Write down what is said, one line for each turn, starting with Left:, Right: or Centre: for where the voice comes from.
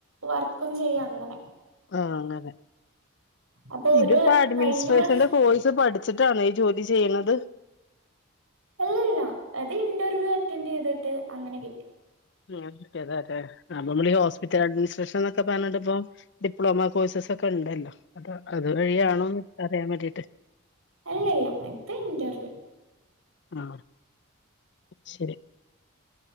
Right: വർക്കും ചെയ്യും അങ്ങനെ
Left: ആഹ് അങ്ങനെ
Right: അപ്പൊ
Left: ഇതിപ്പോ
Right: ഒരു
Left: അഡ്മിനിസ്ട്രേഷന്റെ
Right: കഴിഞ്ഞ വർഷം
Left: കോഴ്സ് പഠി വച്ചിട്ടണ ഈ ജോലി ചെയ്യണുന്നത്
Right: അല്ലല്ലോ അത് ഇന്റർവ്യൂ അറ്റൻഡ് ചെയ്തിട്ട് അങ്ങനെ കിട്ടി
Left: ഉ്ത അതെ അതെ അപ്പൊ നമ്മഈ ഹോസ്പിറ്റൽ അഡ്മിനിസ്ട്രേഷൻ എന്നൊക്കെ പറഞ്ഞണ്ട് ഇപ്പ ഡിപ്ലോമ കോഴ്സ് ഒക്കെ ഉണ്ടല്ലോ അ അത്വഴിയാണോന്ന് അറിയാൻ വേണ്ടിട്ട്
Right: അല്ല ഇല്ല ഇത് ഇന്റർവ്യൂ
Left: ആ ശരി